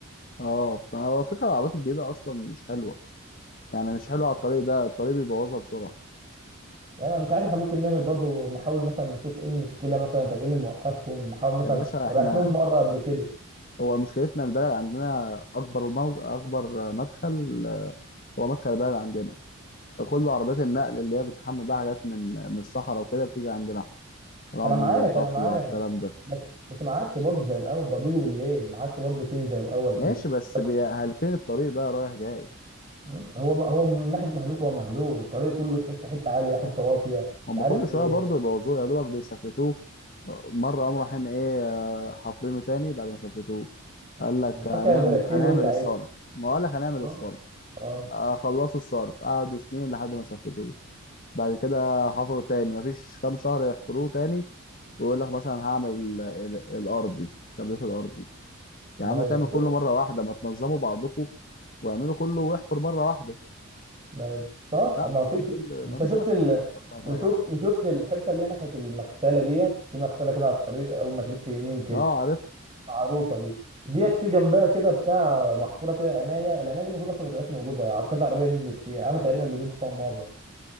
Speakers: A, on the left; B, on the right.
A: اه طب هو فكرة العربيات الجديدة أصلا مش حلوة يعني مش حلوة على الطريق ده الطريق بيبوظها بسرعة
B: لا انا مش عارف احنا ممكن نعمل برضو نحاول مثلا نشوف ايه المشكله مثلا طب ايه اللي موقفهم نحاول مثلا
A: يا باشا احنا
B: ابعت لهم مره قبل كده
A: هو مشكلتنا البلد عندنا أكبر موز... أكبر مدخل هو مدخل البلد عندنا فكل عربيات النقل اللي هي بتحمل بقى حاجات من من الصحراء وكده بتيجي عندنا رمل
B: انا معاك
A: طفلة
B: انا معاك
A: الكلام ده
B: بس بس ما عادش برضو زي الاول بقى بيجوا بالليل ما عادش برضو فيه زي الاول
A: ماشي
B: كده
A: بس
B: بس
A: بي- هلكين الطريق بقى رايح جاي
B: مم، هو هو من ناحيه مهلوك هو مهلوك الطريق كله حته حته عاليه حته واطيه
A: هم
B: مش عارف
A: كل
B: في
A: شويه
B: ايه
A: برضه يبوظوه يا دوبك بيسافرتوه مره قاموا رايحين ايه آه، حافرينه تاني بعد ما سافرتوه قال لك
B: مش عارف
A: هنعمل
B: كانوا بيركبوا
A: هنعمل
B: ايه ساعتها
A: الصرف ما قال لك هنعمل
B: اه
A: الصرف
B: اه
A: آه، خلصوا الصرف قعدوا سنين لحد ما سافرتوه بعد كده حفروا تاني مفيش كام شهر يحفروه تاني ويقول لك مثلا هعمل ال- ال- الارض دي كابلات الارض دي يا
B: ايوه
A: عم تعمل
B: وشوف
A: كله مره واحده ما تنظموا بعضكم واعملوا كله واحفر مره واحده
B: ايوه صح
A: لا
B: ما في
A: هو كل
B: في انت
A: مفيش
B: شفت
A: مسؤولين
B: ال...
A: اصلا
B: وشفت
A: في اي حاجه
B: وشفت الحته اللي هي ناحيه المغسله ديت في مغسله كده على الطريق اول ما تلف يمين كده
A: اه عارف
B: معروفه دي ديت في جنبها كده بتاع محفوره كده عنايه العنايه دي المفروض اصلا ما تبقاش موجوده ع- كذا عربيه نزلت فيها انا تقريبا نزلت فيها مره